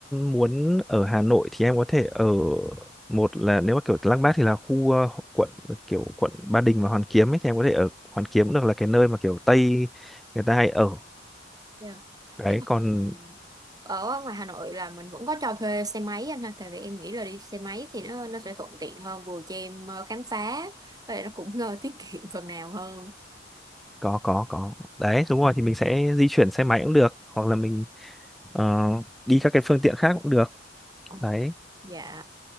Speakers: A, in the centre; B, on the right.
A: muốn ở Hà Nội thì em có thể ở một là nếu mà kiểu Lăng Bác thì là khu ờ, quận kiểu quận Ba Đình và Hoàn Kiếm ấy thì em có thể ở Hoàn Kiếm cũng được là cái nơi mà kiểu Tây người ta hay ở
B: Yeah.
A: đấy
B: Nhưng mà
A: còn
B: ừm, ở ngoài Hà Nội là mình vẫn có cho thuê xe máy anh ha, tại vì em nghĩ là đi xe máy thì nó nó sẽ thuận tiện hơn vừa cho em ờ, khám phá và lại nó cũng ờ, <laughs> tiết kiệm phần nào hơn.
A: có có có đấy đúng rồi thì mình sẽ di chuyển xe máy cũng được hoặc là mình ờ, đi các cái phương tiện khác cũng được
B: Ờ,
A: đấy
B: Dạ.